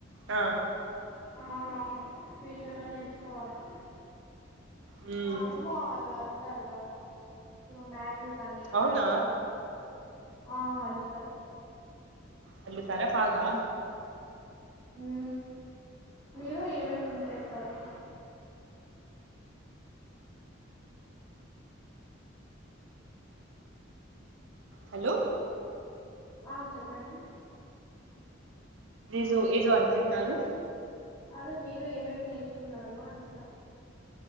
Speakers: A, on the right; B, on the left.
A: ఆ
B: అవునవును ఫ్యూచర్ లో నేర్చుకోవాలి
A: ఉమ్
B: మా అమ్మమ్మ ఆళు ఉంటారు బాగా ఇప్పుడు మ్యాట్లుక్ పని అలాంటివి
A: అవునా
B: ఆ అల్లుతారు
A: అళ్ళుతార పాగా
B: ఉ మీరు ఏమేమి చేస్తారు
A: హలో
B: ఆ చెప్పండి
A: జో ఏదో అంటున్నారు
B: అదే మీరు ఏమేం నేర్చుకున్నారు అంటున్న